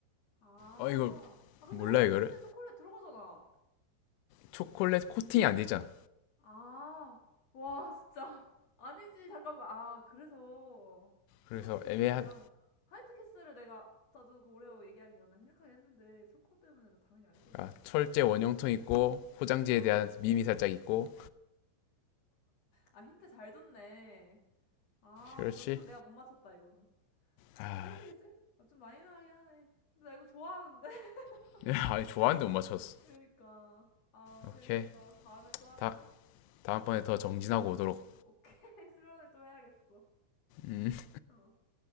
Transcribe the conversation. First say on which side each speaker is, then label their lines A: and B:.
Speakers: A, on the left (about 55°); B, on the left (about 85°).
A: 아,
B: 어 이거
A: 아 근데
B: 몰라
A: 화이트
B: 이거를
A: 캐슬에 초콜릿 들어가잖아
B: 초콜릿 코팅이 안 되잖아.
A: 아. 와 진짜. 아니지. 잠깐만. 아, 그래서 초코칩이니까
B: 그래서 애매한
A: 화이트캐슬을 내가 나도 그 오레오 얘기하기 전에 생각하긴 했는데 초코 때문에 당연히 아닐 거야
B: 아,
A: 했네.
B: 철제 원형통 있고 포장지에
A: 아.
B: 대한 밈이 살짝 있고
A: 아, 힌트 잘 줬네. 아,
B: 그렇지.
A: 이건 좀 내가 못 맞췄다 이거는.
B: 아,
A: 화이트캐슬? 아, 좀 많이 나가긴 하네. 근데 나 이거 좋아하는데.
B: <laughs>
A: <laughs>
B: 아 좋아하는데
A: 맞아.
B: 못 맞췄어.
A: 그러니까. 아,
B: 오케이
A: 재밌었다. 다음에 또 하자.
B: 다 다음번에 더 정진하고
A: 어.
B: 오도록.
A: 오케이. <laughs> 수련을 좀 해야겠어.
B: 음.
A: 어.